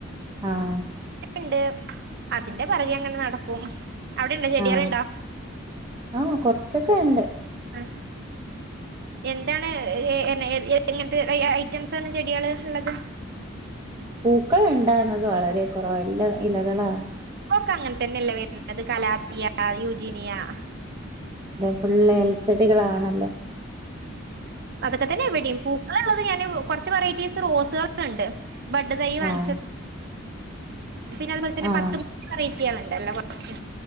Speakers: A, on the right; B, on the right.
A: ആഹ
B: ണ്ട് അതിന്റെ പറകെ അങ്ങനെ നടക്കും അവിടെണ്ടോ ചെരിയാലുണ്ടോ
A: ആഹ് ആഹ് കൊറച്ചൊക്കെ ഉണ്ട്
B: ആ എന്താണ് ഏ ഇങ്ങനത്തെ ഐറ്റംസണ് ചെടികള് ഉള്ളത്
A: പൂക്കൾ ഉണ്ടാവുന്നത് വളരെ കുറവ എല്ലാം ഇലകളാണ്
B: ഓക്ക അങ്ങനെ തന്നെയല്ലേ വരുന്നത് കലാത്തിയാ യുജിനിയാ
A: ഫുള് എൽച്ചെഡികളാണല്ലോ
B: അതൊക്കെ തന്നെ എവിടയും പൂക്കള ഉള്ളത് ഞാൻ കുറച്ച് വെറൈറ്റി റോസുകളണ്ട് ബഡ് തൈ വാങ്ങിച്ചത്
A: ആഹ്
B: പിന്നെ അതുപോലെ തന്നെ
A: ആഹ്
B: പത്ത് മണി വെറൈറ്റിണ്ടല്ലോ കൊറച്ച്